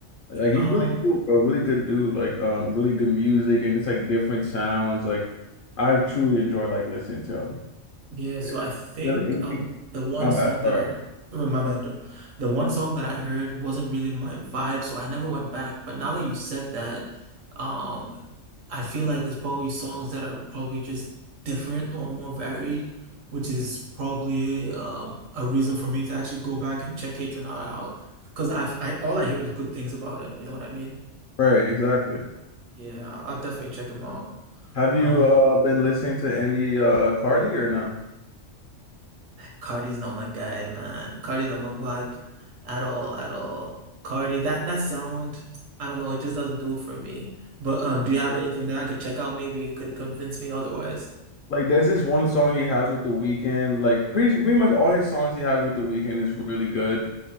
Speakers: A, on the left (about 55°); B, on the right (about 85°).
A: Like he's
B: Um,
A: really cool, bro. Really good dude. Like um really good music and it's like different sounds. Like I've truly enjoyed like listening to him.
B: Yeah, so
A: Is
B: I think
A: there Anything
B: um the one
A: my
B: song
A: bad,
B: that
A: sorry.
B: I heard, oh, my bad, though. the one song that I heard wasn't really my vibe, so I never went back. But now that you said that, um, I feel like there's probably songs that are probably just different or more varied, which is probably um a reason for me to actually go back and check Not out because I've I all I hear is good things about him. You know what I mean?
A: Right, exactly.
B: Yeah, I'll definitely check him out.
A: Have you
B: Um.
A: uh been listening to any uh Cardi or no?
B: Cardi's not my guy, man. Cardi's not my vibe at all, at all. Cardi, that that sound, I don't know, it just doesn't do it for me. But um, do you have
A: Yeah.
B: anything that I could check out? Maybe it could convince me otherwise.
A: Like there's this one song he has with The Weeknd. Like pretty pretty much all his songs he has with The Weeknd is really good.